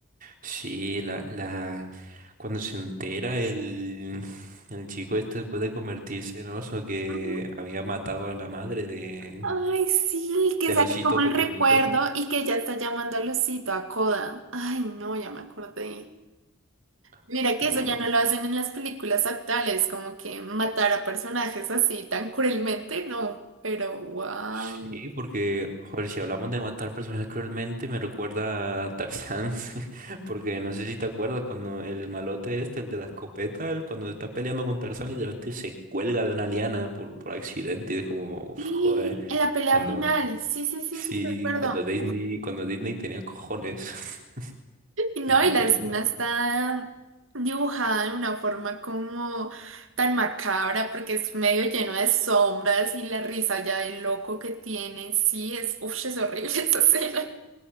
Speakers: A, on the right (about 45°); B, on the right (about 75°).
A: Sí, la, la, cuando se entera el, el chico este después de convertirse en oso que
B: Ujú.
A: había matado a la madre de,
B: Ay, sí, que
A: del
B: sale
A: osito
B: como el
A: pequeñito.
B: recuerdo y que ya está llamando a Lucito, a Coda. Ay, no, ya me acordé. Mira
A: Joder.
B: que eso ya no lo hacen en las películas actuales, como que matar a personajes así tan cruelmente, no, pero wow.
A: Sí, porque, joder, si hablamos de matar personas cruelmente, me recuerda a Tarzán, <laughs> porque no sé si te acuerdas cuando el malote este, el de la escopeta, él cuando se está peleando con Tarzán, literalmente se cuelga de una liana por, por accidente y es como, uf,
B: Y
A: joder.
B: <laughs> en la pelea
A: Cuando,
B: final, sí, sí, sí,
A: Sí,
B: sí, recuerdo.
A: cuando Disney, cuando Disney tenía cojones, <laughs>
B: Y No,
A: cuando
B: y
A: subía
B: la escena
A: cosas buenas.
B: está dibujada de una forma como tan macabra, porque es medio lleno de sombras y la risa ya del loco que tiene, sí, es, uf, es horrible <laughs> esa escena.